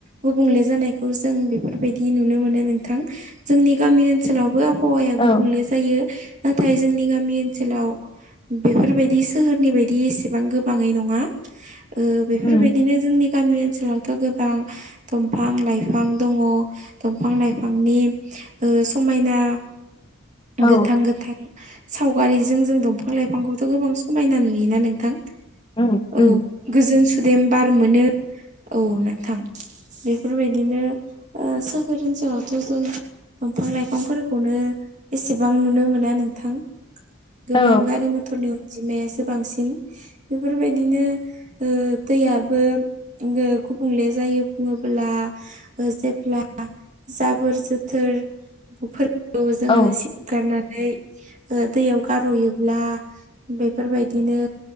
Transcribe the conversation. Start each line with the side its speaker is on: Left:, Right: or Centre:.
Right: गुबुंले जानायखौ जों बेफोरबायदि नुनो मोनो नोंथां जोंनि गामि ओनसोलावबो आबहावाया
Left: औ
Right: गुबुंले जायो नाथाय जोंनि गामि ओनसोलाव बेफोरबायदि सोहोरनि बायदि एसेबां गोबाङै नङा ओ बेफोरबायदिनो
Left: उम
Right: जोंनि गामि ओनसोलावथ' गोबां दंफां लाइफां दङ दंफां लाइफांनि ओ समायना
Left: औ
Right: गोथां गोथां सावगारिजों जों दंफां लाइफांखौथ' गोबां समायना नुयोना नोंथां
Left: उम
Right: औ
Left: उम
Right: गोजोन सुदेम बार मोनो औ नोंथां बेफोरबायदिनो ओ सोहोर ओनसोलावथ' जों दंफां लाइफांफोरखौनो एसेबां नुनो मोना नोंथां गोबां
Left: औ
Right: गारि मथरनि अनजिमायासो बांसिन बेफोरबायदिनो ओ दैयाबो गुबुंले जायो बुङोब्ला ओ जेब्ला जाबोर जोथोरफोरखौ जोङो
Left: औ
Right: सिब गारनानै ओ दैयाव गारह'योब्ला बेफोरबायदिनो